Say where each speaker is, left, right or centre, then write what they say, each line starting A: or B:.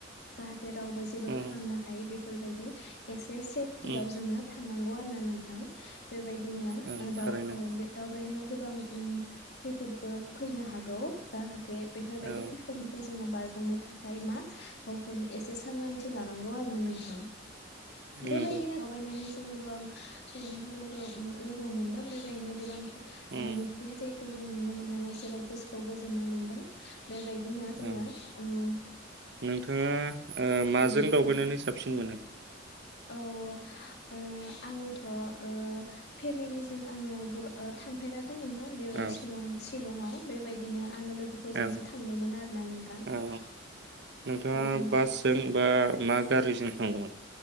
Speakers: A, on the left (about 55°); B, on the right (about 60°).
A: जाहा थे रावबो जेबो
B: औ
A: खालामनो हायै बे फोरबायदि एस से सेफटियाव
B: उम
A: जोंङो थांनांगौ आरो। <unintelligible> नोंथां बेबायदिनो
B: औ थारैनो
A: दाव औ बे दावबायनायाव गोबां गोबां उम खैफोदबो फैनो हागौ जाहा बे बेफोरबायदि
B: औ
A: खैफोदनिफ्राय जोङो बारग'नो थाखाय ओमाय मा गावखौनो एसे सांग्रांथि लानांगौ आरो न नों थां बेबायदिनो
B: नंगौ
A: दावबायनानैै जोङो गोबां सुबुंफोर लोगो लोगो मोनदों बेबायदिनो गोबां आ
B: उम
A: नुफेरै जाय खौ जों नुनो मोननानै जोबोद गोसोखौ गोजोननाय मोन्दों बेबायदिनो जोङो
B: औ
A: ओ
B: नोंथाङा माजों
A: औ नंगौ
B: दावबायनानै
A: नोंथां
B: साबसिन मोनो
A: औ ओ आङोथ' ओ फेमिलिजों आङो गोब थांफेराखै नों बेयो
B: औ
A: सिलं शिलंआव बेबायदिनो आङो लोगोफोरजोंसो
B: औ
A: थांदोंमोन आरोना नोंथां औ
B: औ नोंथाङा
A: नंगौ
B: बासजों बा मा गारिजों थांदोंमोन